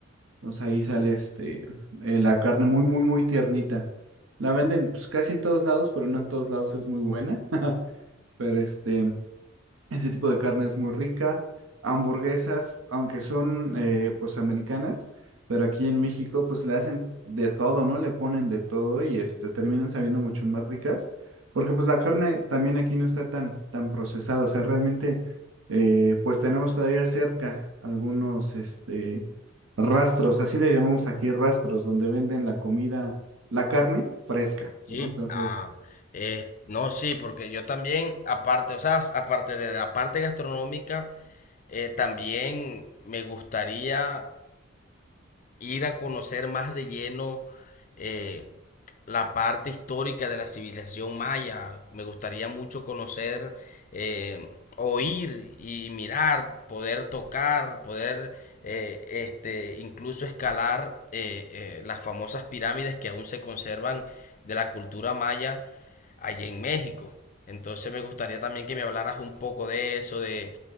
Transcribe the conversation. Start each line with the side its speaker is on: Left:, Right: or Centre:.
Right: Entonces ahí sale este, eh, la carne muy, muy, muy tiernita. La venden pues, casi en todos lados, pero no en todos lados es muy buena. <laughs> Pero este, ese tipo de carne es muy rica. Hamburguesas, aunque son eh, pues americanas, pero aquí en México pues le hacen de todo, ¿no? Le ponen de todo y este terminan sabiendo mucho más ricas, porque pues la carne también aquí no está tan tan procesada, o sea, realmente eh, pues tenemos todavía cerca algunos este rastros, así le llamamos aquí rastros, donde venden la comida, la carne fresca,
Left: Sí,
Right: ¿no? Entonces
Left: ah, eh, no, sí, porque yo también, aparte, o sea, aparte de la parte gastronómica, eh, también me gustaría ir a conocer más de lleno, eh, la parte histórica de la civilización maya. Me gustaría mucho conocer, eh, oír y mirar, poder tocar, poder eh, este, incluso escalar eh, eh, las famosas pirámides que aún se conservan de la cultura maya allá en México. Entonces me gustaría también que me hablaras un poco de eso, de,